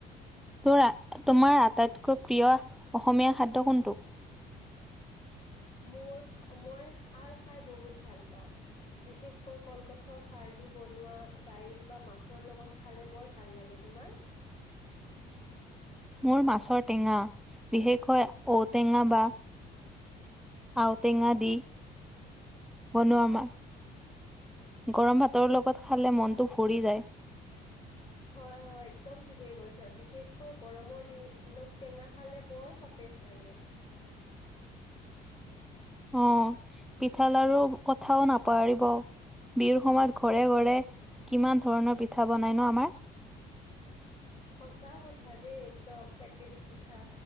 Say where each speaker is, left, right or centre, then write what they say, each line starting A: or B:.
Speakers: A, in the centre; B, on the left (about 30°).
A: তোৰ তোমাৰ আটাইতকৈ প্ৰিয় অসমীয়া খাদ্য কোনটো?
B: মোৰ মই খাৰ খাই বহুত ভাল পাওঁ। বিশেষকৈ কলগছৰ খাৰ দি বনোৱা দাইল বা মাছৰ লগত খালে বৰ ভাল লাগে তোমাৰ?
A: মোৰ মাছৰ টেঙা বিশেষকৈ ঔটেঙা বা আৰও টেঙা দি বনোৱামাৰ। গৰম ভাতৰ লগত খালে মনটো ভৰি যায়।
B: হয় হয় একদম ঠিকেই কৈছা বিশেষকৈ গৰমৰ দিনত টেঙা খালে বৰ টেষ্ট লাগে।
A: অ', পিঠা লাৰু কথাও নাপাহৰিব। বিহুৰ সময়ত ঘৰে ঘৰে কিমান ধৰণৰ পিঠা বনাই ন আমাৰ।
B: সঁচা কথা দেই একদম টেকেলি পিঠা